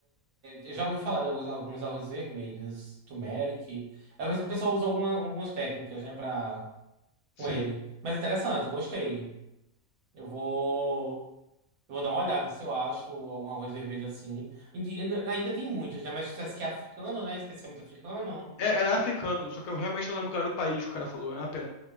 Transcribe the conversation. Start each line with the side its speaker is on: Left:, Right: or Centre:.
Right: eu já ouvi falar de alguns, alguns arroz vermelhos, turmeric. Às vezes o pessoal usa alguma- algumas técnicas, né, pra,
Left: Sim.
Right: com ele. Mas interessante, gostei. Eu vou. Eu vou dar uma olhada se eu acho algum arroz vermelho assim. Indi- Ainda tem muitos, né? Mas se que é africano, né? Especialmente africano.
Left: É, era africano, só que eu realmente não lembro qual era o país que o cara falou. É uma pena.